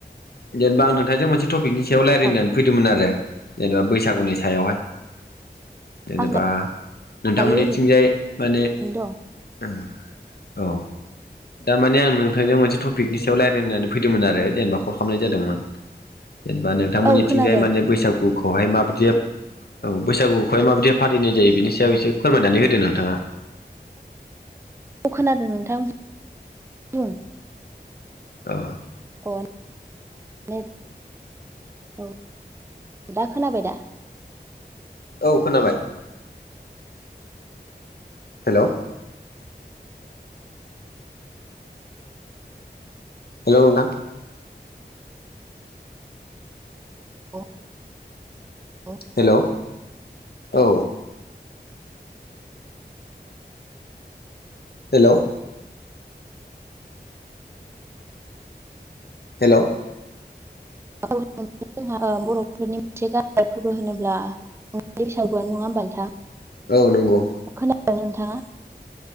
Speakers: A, on the left; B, on the right.
A: जेनेबा आं नोंथांजों मोनसे टपिकनि सयाव लारायनो
B: औ
A: फैदोंमोन आरो जेनेबा बैसागुनि सायावहाय जेनेबा
B: आं
A: नोंथांमोननिथिंजाय
B: दायो
A: माने
B: ओरैनो दं
A: उम औ दा माने आं नोंथांजों मोनसे टपिकनि सायाव लायरायनो होननानै फैदोंमोन आरो जेनेबा कल खामनाय जादोंमोन जेनेबा नोंथांमोननिथिंजाय
B: औ खोनादों
A: माने बैसागुखौहाय माबादियै औ बैसागुखौहाय माबायदि फालिनाय जायो बेनि सायाव एसे फोरमायनानै होदो नोंथाङा।
B: औ खोनादों नोंथां बुं।
A: औ
B: अ नेट औ दा खोनाबाय दा?
A: औ खोनाबाय। हेलौ हेलौ नोंथां
B: औ <inaudible>
A: हेल' औ। हेलौ हेलौ
B: <unintelligible> बर'फोरनि <unintelligible> होनोब्ला बैसागुआनो नङा होमबा नोंथां
A: औ नंगो।
B: खोनादों नोंथाङा?